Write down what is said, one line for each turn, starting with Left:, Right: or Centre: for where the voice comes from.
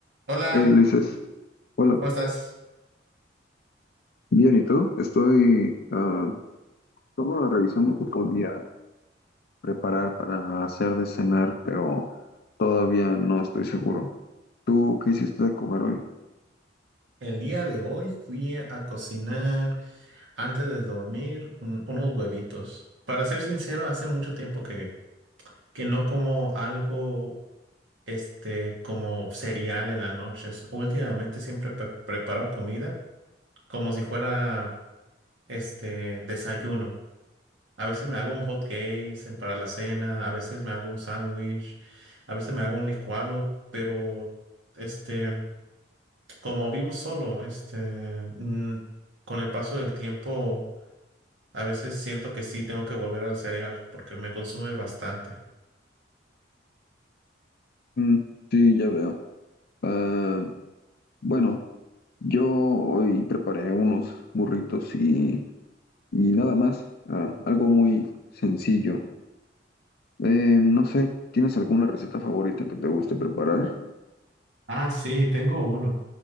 Right: Hola,
Left: Hey, Ulises, hola.
Right: ¿cómo estás?
Left: Bien, ¿y tú? Estoy ah, solo revisando qué podía preparar para hacer de cenar, pero todavía no estoy seguro. ¿Tú qué hiciste de comer hoy?
Right: El día de hoy fui a a cocinar antes de dormir un- unos huevitos. Para ser sincero, hace mucho tiempo que, que no como algo este, como cereal en las noches. Últimamente siempre pre- preparo comida como si fuera este desayuno. A veces me hago un hot cake en- para la cena, a veces me hago un sándwich, a veces me hago un licuado, pero este. como vivo solo, este, mm, con el paso del tiempo, a veces siento que sí tengo que volver al cereal porque me consume bastante.
Left: Mm, sí, ya veo. Ah, bueno, yo hoy preparé unos burritos y, y nada más. Ah, algo muy sencillo. Eh, no sé, ¿tienes alguna receta favorita que te guste preparar?
Right: Ah, sí, tengo uno.